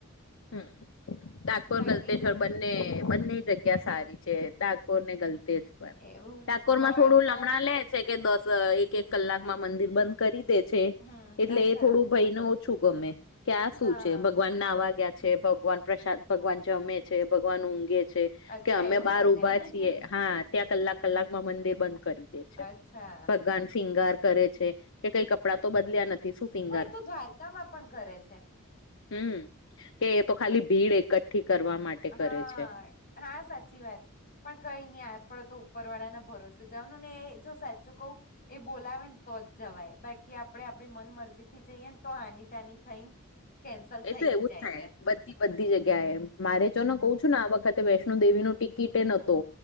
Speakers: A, on the left (about 60°); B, on the left (about 40°).
A: હમ, ડાકોર
B: બાકી
A: ગલ્તેશ્વર બન્ને-બન્ને જગ ક્યા સારી છે, ડાકોરને ગલતેશ્વર.
B: એવું
A: ડાકોરમાં
B: હો
A: થોડું
B: આ તો
A: લમણા લે છે કે દસ એક-એક કલાકમાં મંદિર બન કરી દે છે
B: હમ
A: એટલે
B: અચ્છા
A: એ થોડું ભયને ઓછું ગમે કેયા શું
B: હા
A: છે ભગવાન નાવા ગયા છે ભગવાન પ્રશાંત ભગવાન જમે છે ભગવાન ઊઘે છે
B: અચ્છા
A: કે અમે
B: એવું
A: બાર
B: છે
A: ઉભા
B: ત્યાં
A: છીએ હા. ત્યાં કલાક કલાક માં મંદિર બંધ કરી દે છે
B: અચ્છા
A: ભગવાન શિંગાર કરે છે કે કઈ કપડાં તો બદલ્યા. <unintelligible>
B: એ તો દ્વારકા માં પણ કરે છે.
A: હમ્મ. કે એ તો ખાલી ભીડ એકઠી કરવા માટે
B: હા
A: કરે છે
B: હા સાચી વાત પણ કઈ નહી આ પડે તો ઉપર વાળા ના ભરોસે જાવનું ને જો સાચું કવું. એ બોલાવે ને તો જ જવાય બાકી આપડણે આપણી મન મરજી થી જઈએને તો હાની ટાની થાઈ. કેન્સલ થઈ
A: એ તો
B: જ
A: એવું
B: જાય
A: થાય
B: છે
A: બધી બધી જગ્યા એમ મારે ચો ને કહ છું ને આ વખતે વૈષ્ણો દેવી નો ટિકિટ
B: હમ
A: એ નતો.